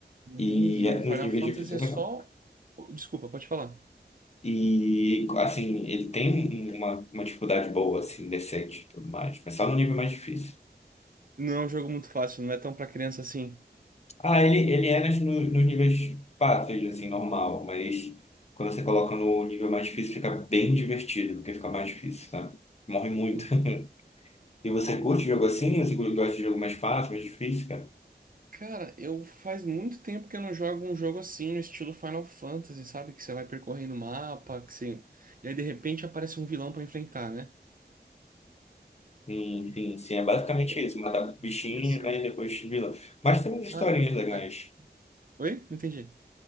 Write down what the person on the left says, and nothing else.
E é,
nos níveis
difíceis é
legal.
E, assim, ele tem uma, uma dificuldade boa, assim, decente e tudo mais, mas só no nível mais difícil.
Ah, ele, ele é nas, no- nos níveis fáceis, assim, normal, mas quando você coloca no nível mais difícil, fica bem divertido, porque fica mais difícil, sabe? Morre muito.
<laughs> E você curte jogo assim? Você gosta de jogo mais fácil, mais difícil, cara?
Sim, sim, sim, é basicamente
isso. Matar
bichinho,
né, e depois vilão. Mas tem umas historinhas
legais.